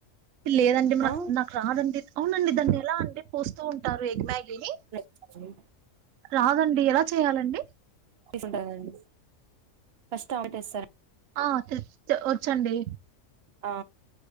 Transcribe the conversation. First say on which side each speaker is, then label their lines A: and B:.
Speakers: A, on the right; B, on the right.
A: లేదండి మన
B: ఆ
A: నాకు రాదండి అవునండి దాన్ని ఎలా అండి పోస్తూ ఉంటారు ఎగ్ మ్యాగీని
B: చేయి
A: రాదండి ఎలా చెయాలండి
B: తీసి ఉంటాం కదండి ఫస్ట్ అటేస్తారు
A: ఆ వచ్చండి
B: ఆ